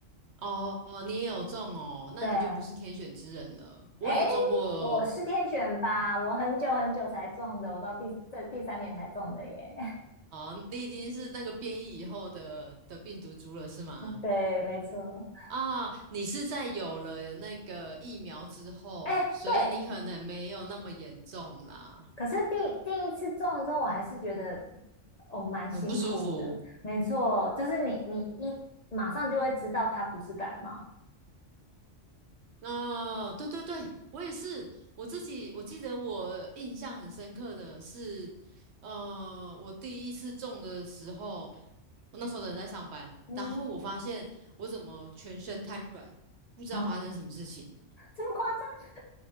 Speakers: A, on the right; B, on the left.
A: 哦，你也有中哦，那你就不是天选之人了。
B: 对，
A: 我也中过
B: 哎，我是天选吧？我很久很久才中的，我到第这第三年才中的耶。
A: 哦，你已经是那个变异以后的的病毒株了，是吗？
B: <laughs> 对，没错。
A: 啊，你是在有了那个疫苗之后，
B: 哎，
A: 所以你可能没有那么严重啦，
B: 对，可是第第一次种了之候，我还是觉得哦蛮辛苦的。
A: 很不舒服。
B: 没错，就是你你一马上就会知道它不是感冒，
A: 哦，对对对，我也是，我自己我记得我印象很深刻的是，呃，我第一次种的时候，我那时候的人在上班，
B: 嗯，
A: 然后我发现我怎么全身瘫软，不知道发生什么事情。
B: 啊，这么夸张？